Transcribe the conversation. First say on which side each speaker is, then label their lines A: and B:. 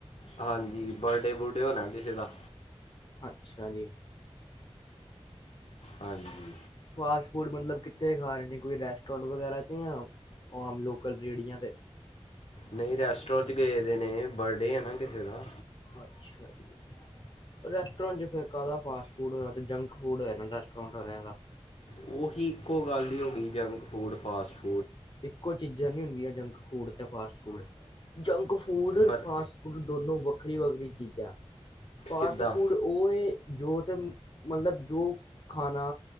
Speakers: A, on the left; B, on the left.
A: ਹਾਂਜੀ, ਬਰਡੇ- ਬੂਡੇ ਹੋਣਾ ਕਿਸੇ ਦਾ।
B: ਅੱਛਾ ਜੀ।
A: ਹਾਂਜੀ।
B: ਫਾਸਟ- ਫੂਡ ਮਤਲਬ ਕਿੱਥੇ ਖਾ ਰਹੇ ਨੇ, ਕੋਈ ਰੈਸਟੋਰੈਂਟ ਵਗੈਰਾ ਚ ਜਾਂ ਆਮ ਲੋਕਲ ਰੇੜੀਆਂ ਤੇ।
A: ਨਹੀਂ ਰੈਸਟੋਰੈਂਟ ਗਏ ਦੇ ਨੇ, ਬਰਡੇ ਆ ਨਾ ਕਿਸੇ ਦਾ।
B: ਅੱਛਾ ਜੀ, ਰੈਸਟੋਰੈਂਟ ਚ ਫਿਰ ਕਾਹਦਾ ਫਾਸਟ- ਫੂਡ ਹੋਯਾ ੳਹ ਤਾ ਜੰਕ- ਫੂਡ ਹੋਇਆ ਰੈਸਟੋਰੈਂਟ ਵਾਲੇਆ ਦਾ।
A: ਉਹੀ ਇੱਕੋ ਗੱਲ ਹੀ ਹੋ ਗਈ ਜੰਕ- ਫੂਡ, ਫਾਸਟ- ਫੂਡ।
B: ਇੱਕੋ ਚੀਜ਼ਾਂ ਨਹੀਂ ਹੁੰਦੀਆਂ ਜੰਕ- ਫੂਡ ਤੇ ਫਾਸਟ- ਫੂਡ, ਜੰਕ ਫੂਡ ਰ
A: ਫਰ
B: ਫਾਸਟ ਫੂਡ ਦੋਨੋ ਵਕਤ ਵੱਖਰੀ- ਵੱਖਰੀ ਚੀਜ਼ਾਂ। ਫਾਸਟ-
A: ਕਿੱਦਾਂ
B: ਫੂਡ ਉਹ ਏ ਜੋ ਤੇ ਮਤਲਬ ਜੋ ਖਾਣਾ